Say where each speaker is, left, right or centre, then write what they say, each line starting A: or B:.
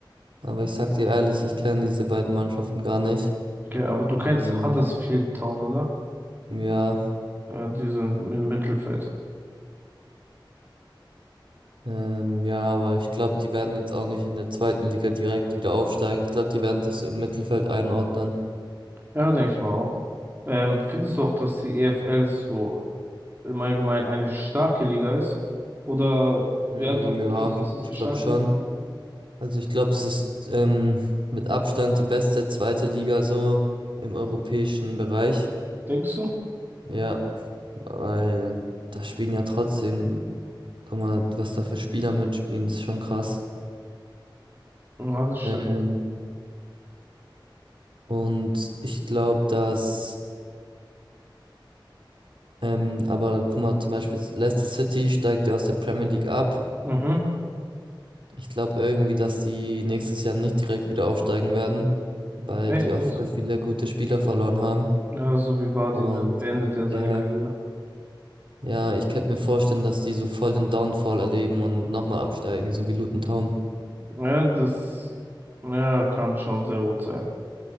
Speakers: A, on the right; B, on the right.
A: Aber ich sag dir ehrlich, ich kenne diese beiden Mannschaften gar nicht.
B: okay, aber du kennst
A: Ähm,
B: Huddersfield Town, oder?
A: ja,
B: Ja, die sind im Mittelfeld.
A: ähm, ja, aber ich glaube, die werden jetzt auch nicht in der zweiten Liga direkt wieder aufsteigen. Ich glaube, die werden sich so im Mittelfeld einordnen.
B: Ja, denke ich mal auch. Ähm, findest du auch, dass die EFL so im Allgemeinen eine starke Liga ist? Oder,
A: Hm,
B: ja, doch,
A: ja,
B: denkst du, es ist
A: ich
B: eine
A: glaube
B: starke
A: schon.
B: Liga?
A: Also ich glaube, das ist ähm, mit Abstand die beste zweite Liga so im europäischen Bereich.
B: Denkst du?
A: Ja, weil da spielen ja trotzdem Guck mal, was da für Spieler mitspielen, das ist schon krass.
B: Ja, das stimmt.
A: Ähm, und ich glaube, dass, ähm, aber guck mal, zum Beispiel jetzt Leicester City steigt ja aus der Premier League ab.
B: Mhm.
A: Ich glaube irgendwie, dass die nächstes Jahr nicht direkt wieder aufsteigen werden, weil
B: Echt,
A: die auch
B: denkst
A: voll
B: du?
A: viele gute Spieler verloren haben.
B: Ja, so wie Vardy,
A: Und
B: der beendet ja
A: der,
B: seine Karriere.
A: ja, ich könnte mir vorstellen, dass die so voll den Downfall erleben und nochmal absteigen, so wie Luton Town.
B: Ja, das ja, kann schon sehr gut sein. Mhm.